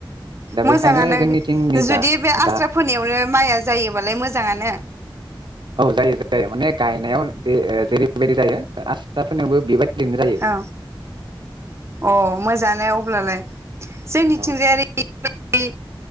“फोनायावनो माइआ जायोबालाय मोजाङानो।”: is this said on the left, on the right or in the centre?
Right